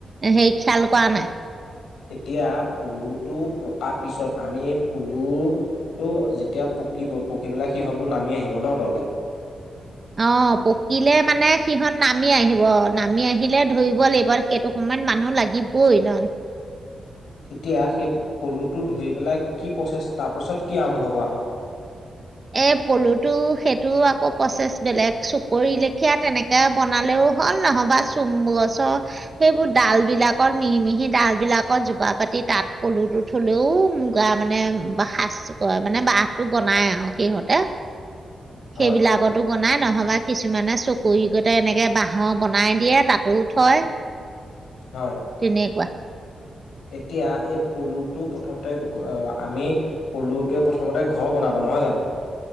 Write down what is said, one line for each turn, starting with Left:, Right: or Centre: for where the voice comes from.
Right: হে খিয়াল কৰা নাই।
Left: এতিয়া পলুটো পকাৰ পিছত আমি পলুটো যেতিয়া পকিব পকি পেলাই সিহঁতবোৰ নামি আহিব ন তললে।
Right: অ পকিলে মানে সিহঁত নামি আহিব নামি আহিলে ধৰিব লাগিব সেইটো সময়ত মানুহ লাগিবই ন।
Left: এতিয়া সেই পলুটো ধৰি পেলাই কি প্ৰচেছ তাৰপাছত কি আৰম্ভ কৰা হয়।
Right: এ পলুটো সেইটো আকৌ প্ৰচেছ বেলেগ চুকৰি লেখিয়া তেনেকে বনালেও হ'ল নহ'বা চোম গছৰ সেইবোৰ ডাল বিলাকত মিহি মিহি ডাল বিলাকত জোপাৰ পাতি তাত পলুটো থলেও মুগা মানে সাজ ক মানে বাহটো বনাই আৰু। সিহঁতে
Left: হয়
Right: সেইবিলাকতো বনাই। নহ'বা কিছুমানে চকুৰি কতে এনেকে বাঁহৰ বনাই দিয়ে তাতো থয়।
Left: হয়
Right: তেনেকুৱা
Left: এতিয়া এই পলুটো প্ৰথমতে আমি পলুটোৱে প্ৰথমতে ঘৰ বনাব নহয় জানো?